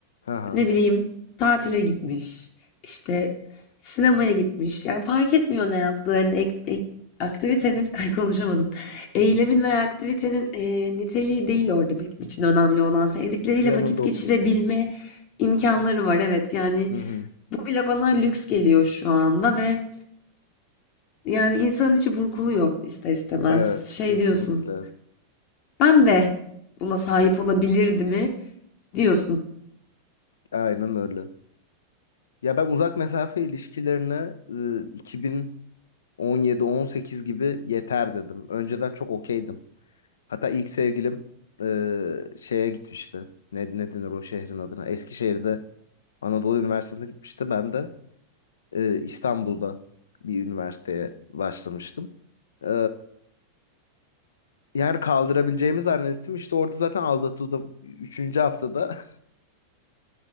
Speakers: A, on the left (about 65°); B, on the left (about 40°).
A: aha.
B: Ne bileyim, tatile gitmiş. İşte sinemaya gitmiş. Yani fark etmiyor ne yaptığı. Hani ek- ek- aktivitenin, <laughs> ay konuşamadım. Eylemin veya aktivitenin e, niteliği değil orada benim için önemli olan. Sevdikleriyle
A: Yanında
B: vakit geçirebilme
A: o.
B: imkanları var. Evet yani
A: Hı hı.
B: bu bile bana lüks geliyor şu anda ve yani insanın içi burkuluyor ister istemez.
A: Evet
B: Şey
A: kesinlikle.
B: diyorsun. Ben de buna sahip olabilirdi mi diyorsun.
A: Aynen öyle. Ya ben uzak mesafe ilişkilerine e, 2017-18 gibi yeter dedim. Önceden çok okeydim. Hatta ilk sevgilim e, şeye gitmişti. Ne, ne denir o şehrin adına? Eskişehir'de Anadolu Üniversitesi'ne gitmişti. Ben de e, İstanbul'da bir üniversiteye başlamıştım. E, yani kaldırabileceğimi zannettim. İşte orada zaten aldatıldım. Üçüncü haftada.